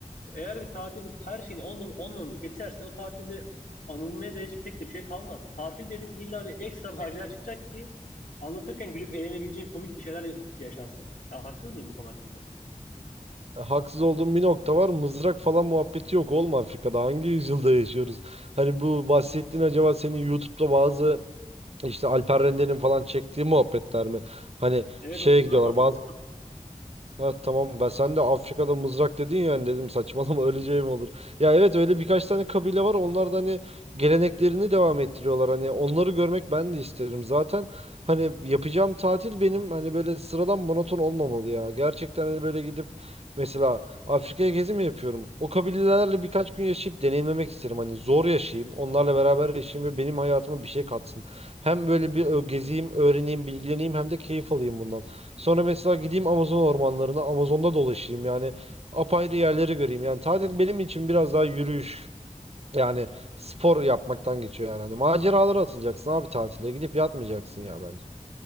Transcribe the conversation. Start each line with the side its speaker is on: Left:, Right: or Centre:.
Left: Eğer bir tatilde her şeyini onunla onunla geçerse o tatilde anılmaya değecek pek de bir şey kalmaz. Tatil dedin illa bir ekstra macera çıkacak ki anlatırken gülüp eğlenebileceğin komik bir şeyler yaşansın. Ya haksız mıyım bu konu hakkında?
Right: haksız olduğum bir nokta var. Mızrak falan muhabbeti yok. Olma Afrika'da. Hangi yüzyılda yaşıyoruz? Hani bu bahsettiğin acaba senin YouTube'da bazı İşte Alper Rende'nin falan çektiği muhabbetler mi? Hani
Left: Evet
Right: şeye
Left: o videodan
Right: gidiyorlar.
Left: bahsediyorum.
Right: Ha, tamam ben sen de Afrika'da mızrak dedin yani dedim saçmalama <laughs> öleceğim olur. Ya evet öyle birkaç tane kabile var onlar da hani geleneklerini devam ettiriyorlar hani onları görmek ben de isterim. Zaten hani yapacağım tatil benim hani böyle sıradan monoton olmamalı ya. Gerçekten hani böyle gidip mesela Afrika'ya gezi mi yapıyorum? O kabilelerle birkaç gün yaşayıp deneyimlemek isterim. Hani zor yaşayayım onlarla beraber yaşayayım ve benim hayatıma bir şey katsın. Hem böyle bir ö- gezeyim öğreneyim bilgileneyim hem de keyif alayım bundan. Sonra mesela gideyim Amazon ormanlarına, Amazon'da dolaşayım yani apayrı yerleri göreyim. Yani tatil benim için biraz daha yürüyüş yani spor yapmaktan geçiyor yani. Hani maceralara atılacaksın abi tatile gidip yatmayacaksın ya bence.